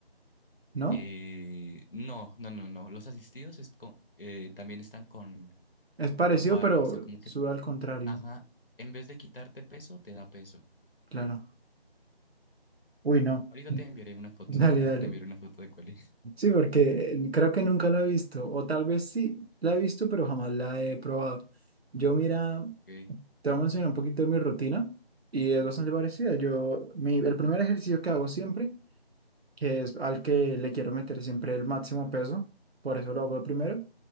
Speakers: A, on the right; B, on the left.
A: ¿no?
B: Eh, no, no, no, no. Los asistidos es co- eh, también están con,
A: Es parecido,
B: con barra,
A: pero
B: o sea, como que,
A: sube al contrario,
B: ajá, en vez de quitarte peso, te da peso.
A: claro. Uy, no.
B: Ahorita
A: Mm.
B: te enviaré una foto.
A: Dale,
B: Ahorita
A: dale.
B: te enviaré una foto de cuál es.
A: Sí, porque eh, creo que nunca la he visto, o tal vez sí la he visto, pero jamás la he probado. Yo, mira,
B: Ok.
A: te voy a mencionar un poquito de mi rutina y es bastante parecida. Yo, mi, el primer ejercicio que hago siempre que es al que le quiero meter siempre el máximo peso, por eso lo hago de primero,